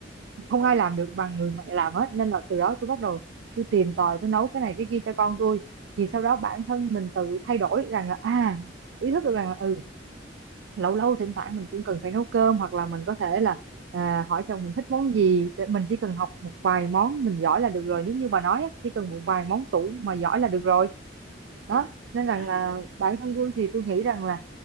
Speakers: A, on the right; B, in the centre.
A: không
B: ừ
A: ai làm được bằng người mẹ làm hết nên là từ đó tôi bắt đầu tôi tìm tòi tôi nấu cái này cái kia cho con tôi thì sau đó bản thân mình tự thay đổi rằng là à ý thức được rằng là ừ lâu lâu thỉnh thoảng mình cũng cần phải nấu cơm hoặc là mình có thể là à, hỏi chồng mình thích món gì để mình chỉ cần học một vài món mình giỏi là được rồi giống như bà nói á, chỉ cần một vài món tủ mà giỏi là được rồi
B: ừ
A: đó nên
B: cái
A: rằng
B: này
A: là bản thân tôi thì tôi nghĩ rằng là